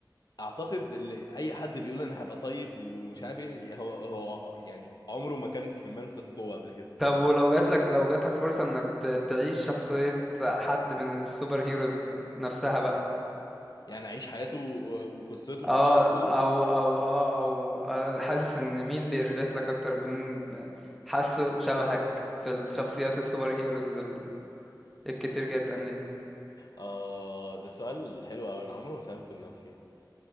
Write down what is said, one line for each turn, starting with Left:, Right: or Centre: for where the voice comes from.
Left: اعتقد اللي اي حد بيقول انا هبقى طيب ومش عارف ايه هو هو يعني عمره ما كان في منفذ قوه قبل كده
Centre: طب ولو جاتلك لو جاتلك فرصة انك ت- تعيش شخصية حد من السوبر هيروز نفسها بقى
Left: يعني عيش حياته و- وقصته وكل
Centre: اه
Left: اللي حصل له
Centre: او او اه او آه، حاسس ان مين بيريليت لك اكتر مين حاسه شبهك في الشخصيات السوبر هيروز ال- الكتير جدا دي
Left: اه ده سؤال حلو قوي انا عمري ما سالته لنفسي